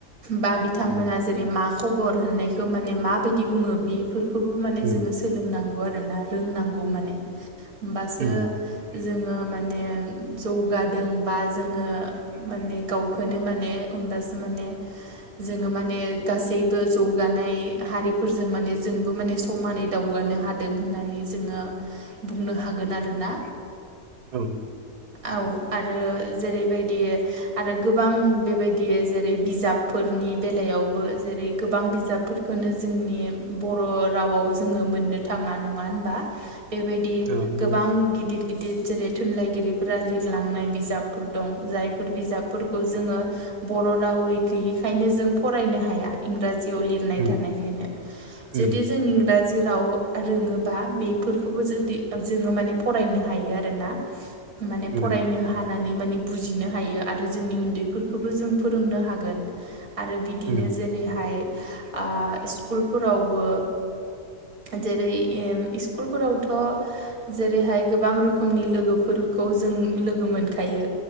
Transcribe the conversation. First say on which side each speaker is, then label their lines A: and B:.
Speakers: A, on the right; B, on the right.
A: बा बिथांमोना
B: उम
A: जेरै मा खबर होननायखौ माने माबायदि बुङो बेफोरखौ खौबो माने
B: उम
A: जोङो सोलोंनांगौ आरोना रोंनांगौ माने होमबासो
B: उम
A: जोङो माने जौगादों बा जोङो माने गावखौनो माने होमबासो माने जोङो माने गासैबो जौगानाय हारिफोरजों माने जोंबो माने समानै दावगा नो हादों होननानै जोङो बुंनो हागोन आरोना।
B: औ
A: औ आरो जेरैबायदि आरो गोबां बेबायदि जेरै बिजाबफोरनि बेलायावबो जेरै रै गोबां बिजाबफोरखौनो जोंनि बर' रावाव जोङो मोननो थाङा नङा होनबा बेबायदि
B: औ नंगौ
A: गोबां गिदिर गिदिर जेरै थुनलाइगिरिफोरा लिरलांनाय बिजाबफोर दं जायफोर बिजाबफोरखौ जोङो बर' रावै गैयिखायनो जों फरायनो हाया इंराजियाव लिरनाय
B: उम
A: थानायखायनो जुदि
B: उम
A: जों इंराजि राव रोङोबा बेफोरखौबो जुदि जोङो माने फरायनो हायो आरोना। माने
B: उम
A: फरायनो हायो माने बुजिनो हायो आरो जोंनि उन्दैफोरखौबो जों फोरोंनो हागोन। आरो बिदिनो
B: उम
A: जेरैहाय आ स्कुलफोरावबो जेरै इ-स्कुलफोरावथ' जेरैहाय गोबां रोखोमनि लोगोफोर खौ जों लोगो मोनखायो